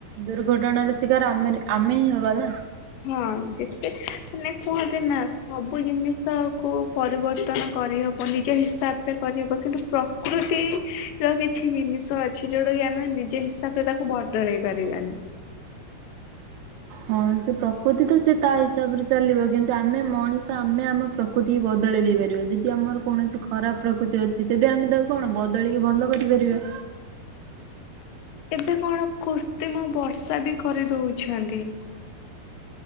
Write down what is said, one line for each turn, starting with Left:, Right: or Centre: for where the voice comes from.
Right: ଦୁର୍ଘଟଣାର ଶିକାର ଆମ ଆମେ ହିଁ ହବା ନା।
Left: ହଁ ଯେତେ ମାନେ କୁହନ୍ତି ନା ସବୁ ଜିନିଷକୁ ପରିବର୍ତ୍ତନ କରିହବ ନିଜ ହିସାବରେ କରିହବ କିନ୍ତୁ ପ୍ରକୃତି ର କିଛି ଜିନିଷ ଅଛି ଯୋଉଟା କି ଆମେ ନିଜ ହିସାବରେ ତାକୁ ବଦଳେଇ ପାରିବାନି।
Right: ହଁ ସେ ପ୍ରକୃତି ତ ସେ ତା ହିସାବରେ ଚାଲିବ କିନ୍ତୁ ଆମେ ମଣିଷ ଆମେ ଆମ ପ୍ରକୃତି ବଦଳେଇ ଦେଇ ପାରିବା ଯଦି ଆମର କୌଣସି ଖରାପ ପ୍ରକୃତି ଅଛି ତେବେ ଆମେ ତାକୁ କଣ ବଦଳିକି ଭଲ କରିପାରିବା।
Left: ଏବେ କଣ କୁର୍ତିମ ବର୍ଷା ବି କରିଦଉଛନ୍ତି।